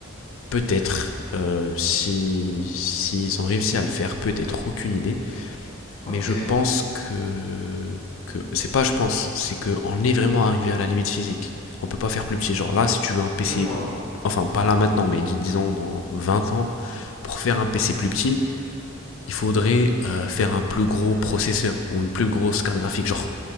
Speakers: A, on the left; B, on the left.
A: Peut-être, euh, si s'ils ont réussi à le faire, peut-être, aucune idée.
B: Ok,
A: Mais je pense que, que c'est pas je pense, c'est qu'on est vraiment arrivé à la limite physique. On peut pas faire plus petit. Genre là, si tu veux un PC,
B: je vois.
A: enfin pas là maintenant, mais dis- disons dans 20 ans, pour faire un PC plus petit, il faudrait euh, faire un plus gros processeur ou une plus grosse carte graphique, genre